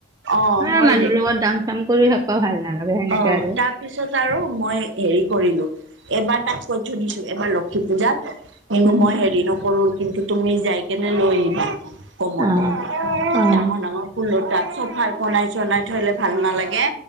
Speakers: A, on the right; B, on the right.
A: অ'।
B: ইমান
A: হয়
B: মানুহৰ
A: দে
B: লগত দাম চাম কৰি থাকবৌ ভাল নালাগে। সেনেকে
A: অ' তাত
B: আৰু।
A: তাৰপিছত আৰু মই হেৰি কৰিলোঁ। এবাৰ তাক কৈ থৈ দিছোঁ। এবাৰ লক্ষী পূজাত কিন্তু
B: উম,
A: মই হেৰি নকৰোঁ, কিন্তু তুমি যাই কেনে লৈ আহিবা। কমতে
B: অ',
A: ডাঙৰ
B: অ',
A: ডাঙৰ ফুলৰ তাত চফাৰ কনাই চনাই থৈলে ভাল নালাগে।